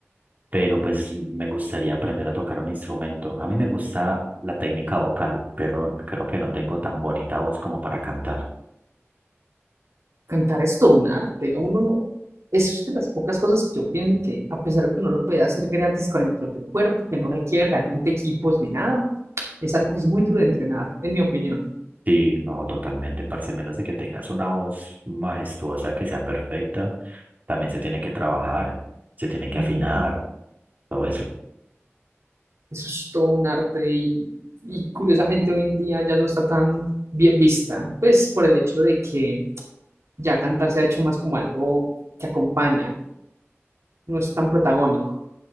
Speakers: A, on the right; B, on the right.
A: pero pues me gustaría aprender a tocar un instrumento. A mí me gusta la técnica vocal, pero creo que no tengo tan bonita voz como para cantar.
B: Cantar es todo un arte. Uno no, es de las pocas cosas que yo pienso que, a pesar de que no lo puede hacer gratis con el propio cuerpo, que no requiere realmente equipos ni nada, es algo que es muy duro de entrenar, en mi opinión.
A: Sí, no, totalmente, parce, a menos de que tengas una voz majestuosa que sea perfecta, también se tiene que trabajar, se tiene que
B: Ujú.
A: afinar, todo eso.
B: Eso es todo un arte y, y curiosamente hoy en día ya no está tan bien vista, pues por el hecho de que ya cantar se ha hecho más como algo que acompaña, no es tan protagónico.